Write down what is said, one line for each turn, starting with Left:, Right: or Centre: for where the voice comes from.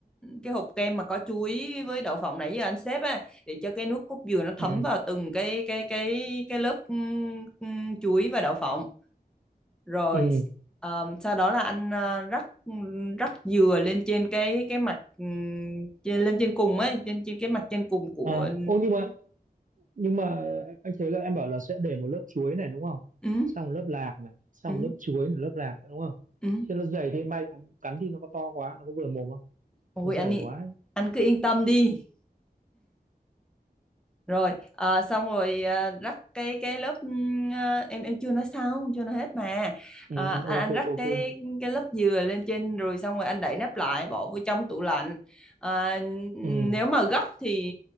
Centre: cái hộp kem mà có chuối với đậu phộng nãy giờ anh xếp á để cho cái nước cốt dừa nó thấm
Right: Ừ.
Centre: vào từng cái cái cái cái lớp ừm, ừm, chuối và đậu phộng rồi
Right: Ừ.
Centre: um, sau đó là anh uh, rắc rắc dừa lên trên cái cái mặt ừm, trên, lên trên cùng ấy trên trên cái mặt trên cùng của
Right: À, ô nhưng mà nhưng mà anh thấy là em bảo là sẽ để một lớp chuối này đúng không?
Centre: ừ,
Right: Xong một lớp lạc này, xong
Centre: ừ,
Right: một lớp chuối này, lớp lạc nữa đúng không?
Centre: ừ.
Right: Thế nó dày thế mai ăn- cắn thì nó có to quá, nó có vừa mồm không?
Centre: ôi
Right: Nó dày
Centre: anh ý,
Right: quá. ấy.
Centre: anh cứ yên tâm đi rồi ờ, xong rồi ờ, rắc cái cái lớp ừm, ờ, em em chưa nói xong chưa nói hết mà
Right: Ừ,
Centre: Ờ,
Right: ừ,
Centre: anh,
Right: ok
Centre: anh rắc
Right: ok.
Centre: cái cái lớp dừa lên trên rồi xong rồi anh đậy nắp lại bỏ vô trong tủ lạnh Ờ,
Right: Ừ,
Centre: nếu mà gấp thì